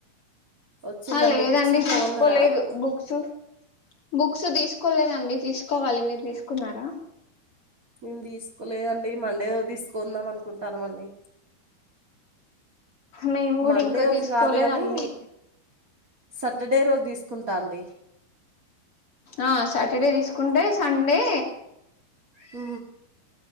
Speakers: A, on the right (about 35°); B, on the left (about 40°).
A: వచ్చిలండి
B: ఆ లేదండి
A: బుక్స్ గిట్లా
B: తిసుకోలేదు
A: కొన్నారా
B: బుక్స్ బుక్స్ తీసుకోలేదండి తీసుకోవాలి మీరు తీసుకున్నారా
A: మేము తీసుకోలేదండి మండే రోజు తీసుకుందాం అనుకుంటానం అండి
B: మేము కూడా
A: మండే
B: ఇంకా
A: రోజు
B: తీసుకోలేదండి
A: కాదు కాని సటర్డే రోజు తీసుకుంటా అండి
B: ఆ సాటర్డే తీసుకుంటే సండే
A: ఊ